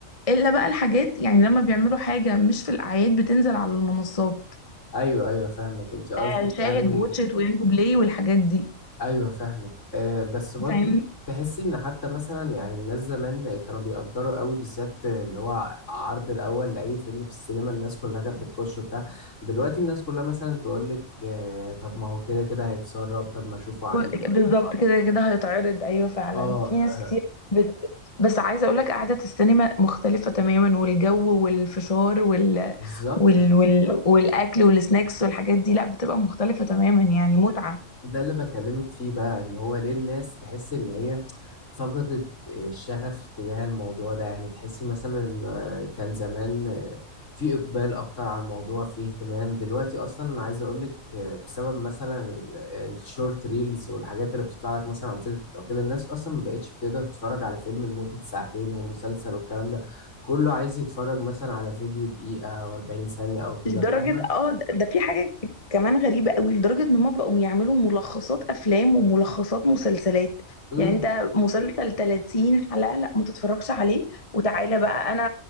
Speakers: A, on the left; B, on the left.
A: الا بقى الحاجات يعني لما بيعملوا حاجة مش في الأعياد بتنزل على المنصات
B: ايوه ايوه فاهمك انت قصدك
A: آه، شاهد
B: يعني
A: ووتشت وينجو بلاي والحاجات دي
B: ايوه فاهمك أه بس برضه
A: فاهمني
B: تحسي ان حتى مثلا يعني الناس زمان كانوا بيقدروا قوي بالذات اللي هو عرض الاول لاي فيلم في السينما الناس كلها كانت بتخش وبتاع دلوقتي الناس كلها مثلا تقول لك أه طب ما هو كده كده هيتسرب طب ما اشوفه عن
A: و- بالظبط كده كده هيتعرض أيوة فعلا
B: اه
A: في ناس
B: آه،
A: كتير بت... بس عايزة أقولك قعدة السينما مختلفة تماما والجو والفشار وال...
B: بالظبط
A: وال... وال... والأكل والسناكس والحاجات دي لا بتبقى مختلفة تماما يعني متعة
B: ده اللي بكلمك فيه بقى ان هو ليه الناس تحس ان هي فقدت الشغف تجاه الموضوع ده يعني تحس مثلا آه، كان زمان آه، في اقبال اكتر على الموضوع في اهتمام دلوقتي اصلا انا عايز اقولك آه، بسبب مثلا الشورت ريلز والحاجات اللي بتطلع لك مثلا على الفيسبوك او كده الناس اصلا ما بقتش بتقدر تتفرج على فيلم لمدة ساعتين ومسلسل والكلام ده كله عايز يتفرج مثلا على فيديو دقيقة و40 ثانية او كده
A: لدرجة
B: فاهمة
A: اه ده ده في حاجة كمان غريبة قوي لدرجة ان هما بقوا يعملوا ملخصات افلام وملخصات مسلسلات
B: امم
A: يعني انت مسلسل 30 حلقة لا ما تتفرجش عليه وتعالى بقى انا